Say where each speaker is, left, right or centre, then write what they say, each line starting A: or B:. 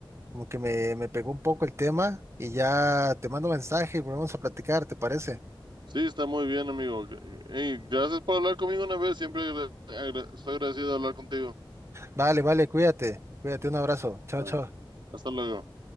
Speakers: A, on the right; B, on the right.
A: como que me, me pegó un poco el tema y ya te mando mensaje y volvemos a platicar, ¿te parece?
B: Sí, está muy bien, amigo. Ey, gracias por hablar conmigo una vez. Siempre agra- agra- estoy agradecido de hablar contigo.
A: Vale, vale, cuídate, cuídate, un abrazo. Chao,
B: Ah,
A: chao.
B: Hasta luego.